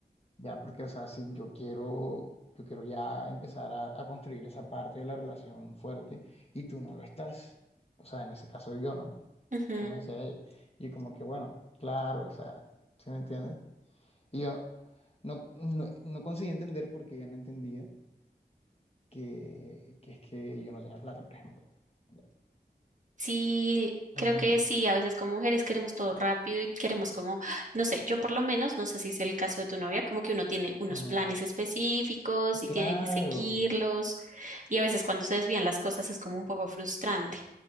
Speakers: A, on the left; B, on the right.
A: Ya, porque, o sea, si yo quiero, yo quiero ya empezar a, a construir esa parte de la relación fuerte y tú no lo estás. O sea, en ese caso yo no.
B: ujú.
A: Eso me decía ella. Y como que, bueno, claro, o sea, ¿sí me entiendes? Y yo no, no, no conseguí entender porque ella no entendía que, que es que yo no tenía plata, por ejemplo. Ya.
B: Sí, creo
A: Ujú,
B: que sí, a veces como mujeres queremos todo rápido y queremos como, no sé, yo por lo menos, no sé si es el caso de tu novia, como que uno tiene unos
A: ujú.
B: planes específicos y
A: Claro,
B: tiene que seguirlos y a veces cuando se desvían las cosas es como un poco frustrante.